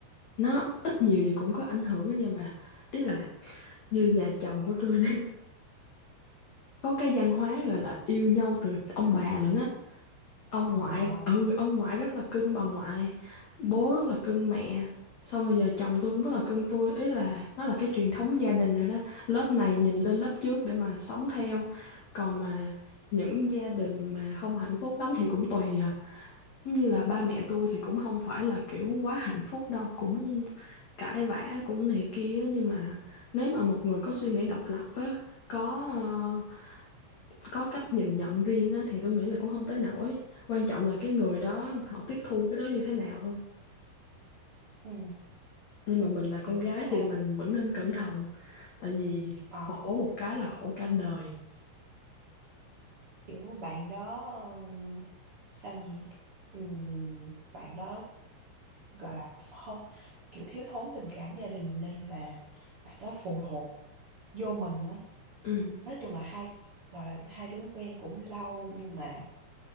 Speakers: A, on the left (about 65°); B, on the right (about 55°).
A: nó ít nhiều gì cũng có ảnh hưởng đó nha bà ý là như nhà chồng của tôi đi <laughs> có cái văn hóa gọi là yêu nhau từ ông bà lận á ông
B: ờ
A: ngoại ừ ông ngoại rất là cưng bà ngoại bố rất là cưng mẹ xong rồi giờ chồng tôi cũng rất là cưng tôi ý là nó là cái truyền thống gia đình rồi đó lớp này nhìn
B: ừ
A: lên lớp trước để mà sống theo còn mà những gia đình mà không hạnh phúc lắm thì cũng tùy à giống như là ba mẹ tôi
B: ừ
A: thì cũng không phải là kiểu quá hạnh phúc đâu cũng cãi vã cũng này kia nhưng mà nếu mà một người có suy nghĩ độc lập á có ờ, có cách nhìn nhận riêng á, thì tôi nghĩ là cũng không tới nổi quan trọng là cái người đó họ tiếp thu cái đó như thế nào thôi
B: ừ
A: nhưng mà mình là con
B: kiểu
A: gái
B: sao
A: thì
B: ta
A: mình vẫn nên cẩn thận tại vì khổ
B: ờ
A: một cái là khổ cả đời
B: kiểu bạn đó ừm, sao nhỉ Ừm, bạn đó gọi là phơ- kiểu thiếu thốn tình cảm gia đình nên là bạn đó phụ thuộc vô mình á
A: ừ.
B: nói chung là hai gọi là hai đứa quen cũng lâu nhưng mà